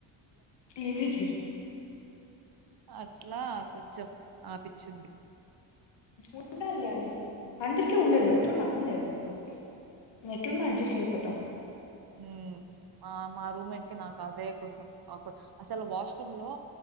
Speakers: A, on the left (about 60°); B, on the right (about 50°).
A: ప్లీజ్ ఇచ్చేసి
B: అట్లా కొంచెం ఆపిచ్చుది
A: ఉండల్ల లే అది అందరికి ఉండదు చూడు నాకుందా ఇప్పు ఎట్లున్న అడ్జస్ట్ అయిపోత
B: ఉమ్ మా రూమ్మేట్ కి నాకు అదే కొంచెం కాకు అప్పుడు అసలు వాష్రూమ్ లో